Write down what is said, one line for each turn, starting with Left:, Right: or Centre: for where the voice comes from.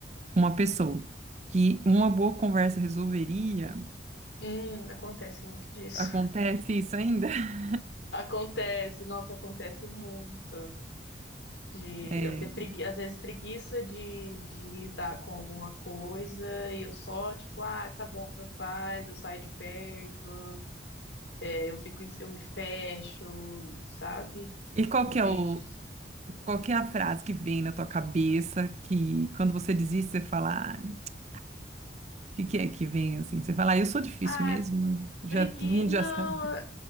Right: uma pessoa que uma boa conversa resolveria.
Left: Hum, acontece muito disso.
Right: Acontece isso ainda? <laughs>
Left: <laughs> Acontece, nossa, acontece muito. De
Right: É,
Left: eu ter pregui... às vezes preguiça de, de lidar com alguma coisa e eu só, tipo, ah, tá bom, tanto faz, eu saio de perto, é, eu fico, em- eu me fecho, sabe?
Right: E qual
Left: Em
Right: que é
Left: vez
Right: o,
Left: de,
Right: qual que é a frase que vem na tua cabeça que quando você diz isso, você fala, ah, o que que é que vem assim? Você fala, ah, eu sou difícil
Left: ah,
Right: mesmo, né? já
Left: pregui
Right: todo mundo
Left: Não,
Right: já sabe.